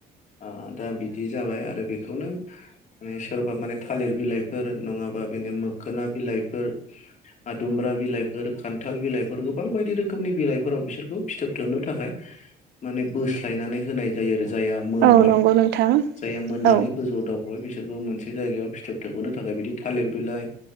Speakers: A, on the left; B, on the right.
A: ओ दा बिदि जाबाय आरो बे खौनो माने सोरबा माने थालिर बिलाइफोर नङाबा बिनि मोखोना बिलाइ‌ फोर आदुमब्रा बिलाइफोर खान्थाल बिलाइफोर गोबां बायदि रोखोमनि बिलाइफोराव बिसोरखौ फिथोब थोबनो थाखाय माने बोस्लायनानै होनाय जायो आरो जाया मोनबाय,
B: औ नंगौ नोंथां
A: जाया मोननानै
B: औ
A: गोजौआव दाव बेहाय बिसोरखौ मोनसे जायगायाव फिथोब थोबहोनो थाखाय बिदि थालिर बिलाइ